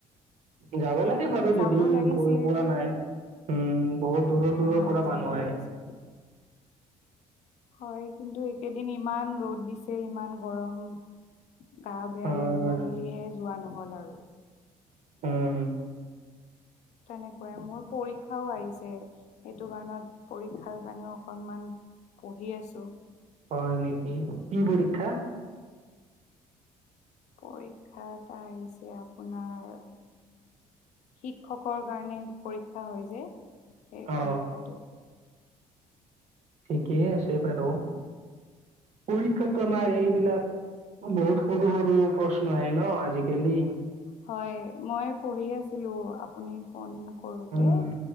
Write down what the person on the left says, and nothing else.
হয়
যাব
লাগিছিল
হয়
যাব
লাগিছিল হয়, কিন্তু এইকেইদিন ইমান ৰ'দ দিছে, ইমান গৰম। গা বেয়া
লাগিব
বুলিহে যোৱা নহল আৰু।
তেনেকুৱাই মোৰ পৰীক্ষাও আহিছে। সেইটো কাৰণত পৰীক্ষাৰ কাৰণেও অকণমান পঢ়ি আছো।
পৰীক্ষা এটা আহিছে আপোনাৰ শিক্ষকৰ কাৰণে পৰীক্ষা হয় যে, সেই
পৰীক্ষাটো।
হয়, মই পঢ়ি আছিলো আপুনি ফোন কৰোতে